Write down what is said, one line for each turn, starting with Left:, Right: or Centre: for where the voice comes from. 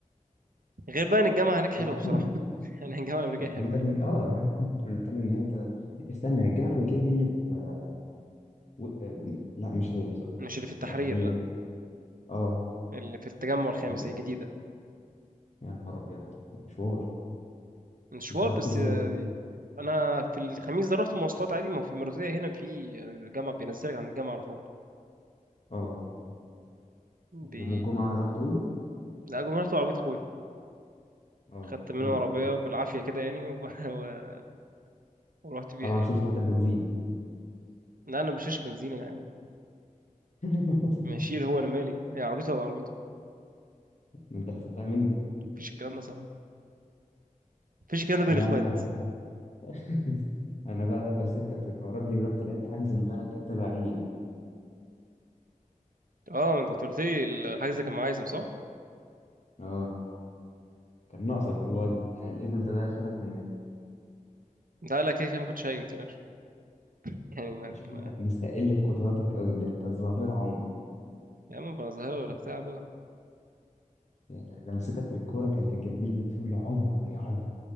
Right: غير بقى إن الجامعة هناك حلوة
Left: طب حلو
Right: بصراحة <laughs> يعني الجامعة الأمريكية حلوة
Left: انت ابنك
Right: يعني
Left: اه <laughs> بنتكلم ان هي ت- استنى هي الجامعة الأمريكية دي اللي في آه، و... آه، لا مش هي صح
Right: مش اللي في التحرير
Left: ولا هي
Right: لا
Left: اه
Right: اللي في التجمع الخامس
Left: انا لا
Right: الجديدة
Left: يا نهار ابيض ده مشوار
Right: مشوار
Left: انت رحت
Right: بس
Left: ازاي
Right: آه، أنا في الخميس ده رحت مواصلات عادي ما هو في المرتدية هنا في جامعة بينزلك عند الجامعة على طول
Left: اه
Right: بي...
Left: ويوم الجمعة رحت اوبر
Right: لا جم رحت بعربية أخويا
Left: اه
Right: خدت منه
Left: حلو
Right: عربية
Left: حلو
Right: بالعافية كده يعني وب... <laughs> و- ورحت بيها
Left: طبعا
Right: يعني
Left: شلت انت البنزين
Right: لا أنا بشيلش بنزين أنا يا عم
Left: <laughs>
Right: ماشيل هو أنا مالي هي عربيته ولا عربيته
Left: ما انت اللي خدتها مني
Right: مفيش الكلام ده يا صاحبي مفيش الكلام ده بين
Left: لا
Right: الإخوات
Left: انا <laughs> انا بقى سبتك في الحوارات دي ورحت لعبت حجز امبارح كده طلع عيني فيه
Right: أه ما أنت كنت قلت لي الحاجة زي كان معايا صح؟
Left: اه كان ناقصك والله يعني الايفنت ده خدك مننا انا
Right: لا لا كده كده ما كنتش هايم متقلقش يعني ما
Left: شايف
Right: ما
Left: انت مستقل بقدراتك قوي ده انت الظاهرة عمر
Right: يا عم بقى ظاهرة ولا بتاع بقى
Left: يعني لمستك للكورة كانت الجماهير بتقول عمر يا عمر